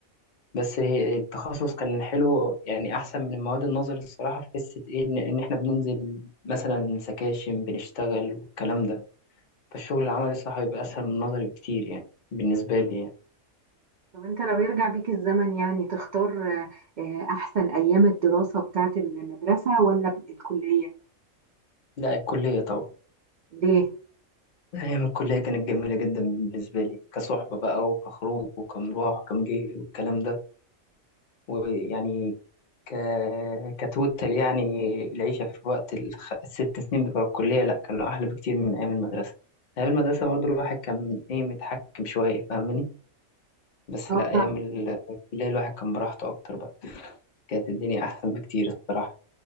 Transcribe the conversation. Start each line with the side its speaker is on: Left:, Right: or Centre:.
Left: بس هي- التخصص كان حلو يعني احسن من المواد النظري الصراحه في حته ايه ان إن احنا بننزل مثلا سكاشن بنشتغل والكلام ده فالشغل العملي الصراحه بيبقى اسهل من النظري بكتير يعني بالنسبه لي يعني
Right: طب انت لو يرجع بيك الزمن يعني تختار آه، آه، احسن ايام الدراسة بتاعت المدرسة ولا الكلية
Left: لا الكليه طبعا
Right: ليه
Left: ايام الكليه كانت جميله جدا بالنسبه لي كصحبه بقى وكخروج وكمروح وكمجي والكلام ده ويعني ك... كتوتال يعني العيشة في وقت الخ... الست سنين بتوع الكلية لا كانوا أحلى بكتير من أيام المدرسة أيام المدرسة برضو الواحد كان إيه متحكم شوية فاهمني بس
Right: اه
Left: لا أيام
Right: طبعا
Left: الكلية الواحد كان براحته أكتر بقى كانت الدنيا أحسن بكتير الصراحة